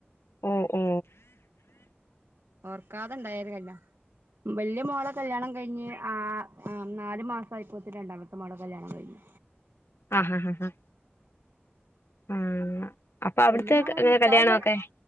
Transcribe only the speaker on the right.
ഓർക്കാതെ ഉണ്ടായൊരു കല്യാണം വല്യ മോളെ കല്യാണം കഴിഞ്ഞ് ആഹ് നാലു മാസയിപ്പോത്ത് രണ്ടാമത്തെ മോള കല്യാണം കഴിഞ്ഞ്
വല്യ മോളെ നിക്കാഹ്
കഴി